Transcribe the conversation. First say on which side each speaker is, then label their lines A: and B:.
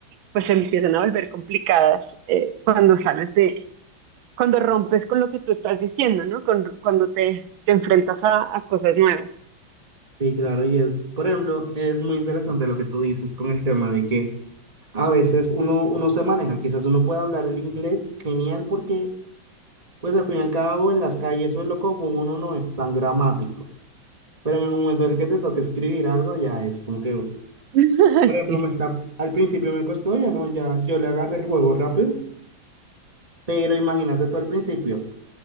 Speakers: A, on the right; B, on the right.
A: pues se empiezan a volver complicadas eh, cuando sales de, cuando rompes con lo que tú estás diciendo, ¿no? Con- cuando te, te enfrentas a, a cosas nuevas.
B: Sí, claro, y es- por ejemplo, es muy interesante lo que tú dices con el tema de que a veces uno, uno se maneja, quizás uno pueda hablar el inglés genial porque, pues al fin y al cabo, en las calles o en lo común uno no es tan gramático. Pero en el momento en el que te toque escribir algo, ya es como que,
A: <laughs>
B: por ejemplo,
A: Sí.
B: me está, al principio me costó, ya no, ya yo le agarré el juego rápido, pero imagínate tú al principio,